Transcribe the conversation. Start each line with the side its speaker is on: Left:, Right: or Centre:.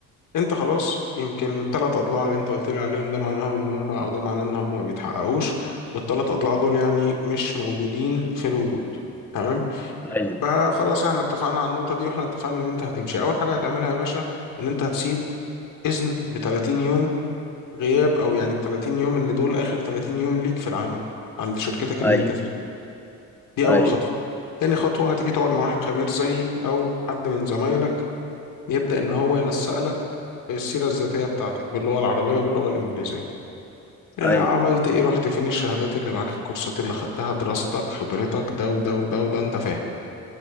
Left: انت خلاص يمكن الثلاث اضلاع اللي انت قلت لي عليهم ده معناهم ان هم او ده معناه ان هم ما بيتحققوش والثلاث اضلاع دول يعني مش موجودين في الوجود تمام
Centre: ايوه
Left: فخلاص احنا اتفقنا على النقطه دي واحنا اتفقنا ان انت هتمشي اول حاجه هتعملها يا باشا ان انت هتسيب اذن ب 30 يوم غياب او يعني ب 30 يوم ان دول اخر 30 يوم ليك في العمل عند شركتك اللي
Centre: ايوه
Left: انت فيها دي
Centre: ايوه
Left: اول خطوه تاني خطوه هتيجي تقعد مع واحد خبير زيي او حد من زمايلك يبدا ان هو ينسق لك السيره الذاتيه بتاعتك باللغه العربيه وباللغه الانجليزيه آه،
Centre: ايوه
Left: عملت ايه رحت فين الشهادات اللي معاك الكورسات اللي خدتها دراستك خبرتك ده وده وده وده انت فاهم